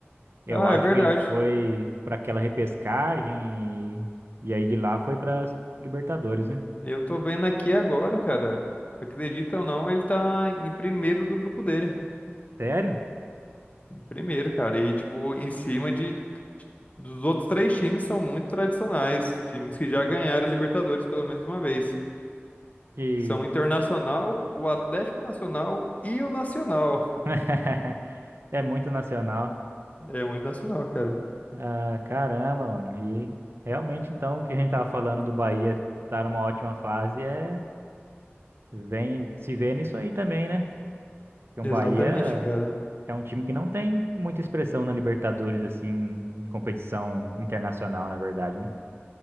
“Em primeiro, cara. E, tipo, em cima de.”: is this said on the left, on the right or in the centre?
Left